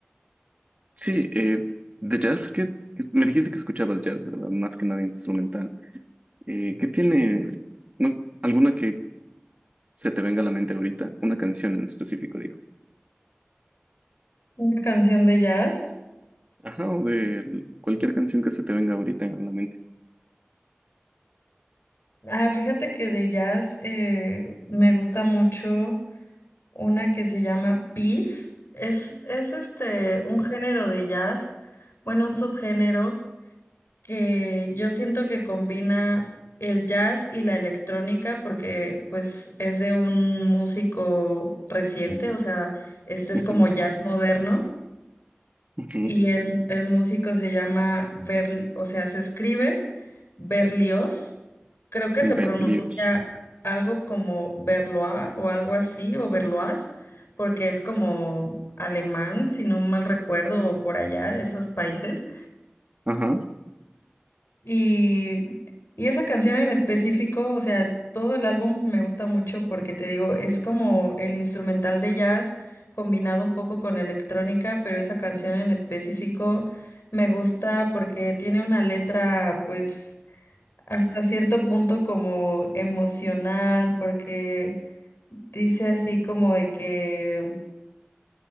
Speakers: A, on the right; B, on the left.
A: sí, eh, de jazz, que me dijiste que escuchabas jazz, ¿verdad? Más que nada instrumental. Eh, ¿qué tiene, no, alguna que se te venga a la mente ahorita? Una canción en específico, digo.
B: Una canción de jazz.
A: Ajá, o de cualquier canción que se te venga ahorita a la mente.
B: Ah, fíjate que de jazz eh, me gusta mucho una que se llama Peace. Es, es este un género de jazz, bueno, un subgénero que yo siento que combina el jazz y la electrónica porque pues es de un músico reciente, o sea, este es
A: Ujú,
B: como jazz moderno
A: ujú.
B: y el, el músico se llama Ber, o sea, se escribe Berlioz, creo que
A: Berlioz.
B: se pronuncia algo como Berloa o algo así, o Berlois, porque es como alemán, si no mal recuerdo, o por allá de esos países.
A: Ajá,
B: Y, y esa canción en específico, o sea, todo el álbum me gusta mucho porque te digo, es como el instrumental de jazz combinado un poco con electrónica, pero esa canción en específico me gusta porque tiene una letra, pues, hasta cierto punto como emocional, porque dice así como de que,